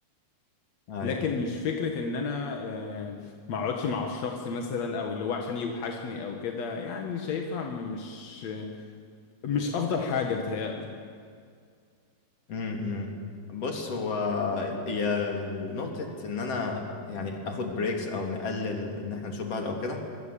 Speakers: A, on the left (about 35°); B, on the left (about 55°).
A: ايوه
B: لكن مش فكره ان انا آه، ما اقعدش مع الشخص مثلا او اللي هو عشان يوحشني او كده يعني شايفها مش مش افضل حاجه بتهيألي
A: امم بص هو هي نقطة إن أنا يعني آخد بريكس أو نقلل إن إحنا نشوف بعض أو كده